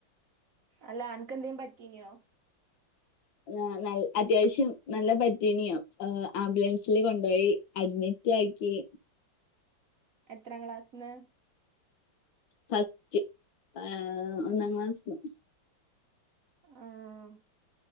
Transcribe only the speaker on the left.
ആഹ് നൽ അത്യാവശ്യം നല്ല പറ്റിനിയോ ആംബുലൻസില് കൊണ്ടോയി അഡ്മിറ്റ് ആക്കി
ഫസ്റ്റ് ആഹ് ഒന്നാം ക്ലാസ്സ്ന്ന്